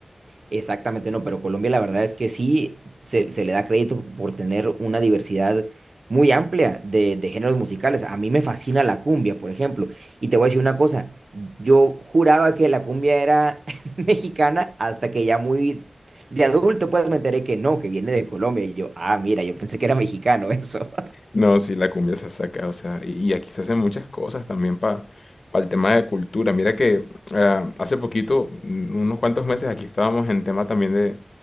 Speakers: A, on the right (about 65°); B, on the left (about 65°).
A: Exactamente, no, pero Colombia la verdad es que sí se, se le da crédito por tener una diversidad muy amplia de, de géneros musicales. A mí me fascina la cumbia, por ejemplo. Y te voy a decir una cosa, yo juraba que la cumbia era <laughs> mexicana hasta que ya muy de adulto pues me enteré que no, que viene de Colombia. Y yo, ah, mira, yo pensé que era mexicano eso.
B: No, sí, la cumbia se saca, o sea, y, y aquí se hacen muchas cosas también para el tema de cultura. Mira que ah, hace poquito, mm, unos cuantos meses, aquí estábamos en tema también de,